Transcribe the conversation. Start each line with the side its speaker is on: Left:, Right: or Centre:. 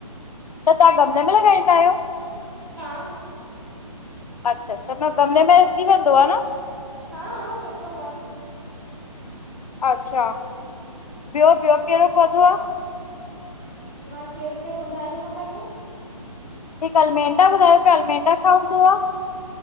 Left: त तव्हां गमले में लॻाईंदा आहियो?
Right: हा।
Left: अच्छा अच्छा न गमले में थी वेंदो आ न?
Right: हा हा सुठाे मस्त।
Left: अच्छा ॿियो ॿियो
Right: हा
Left: कहिड़ो पाेधो आ?
Right: मां कहिड़ो कहिड़ो ॿुधायो मांव तव्हांखे?
Left: हिकु अलमेंडा ॿुधायो पिया अलमेंडा छा हूंदो आ?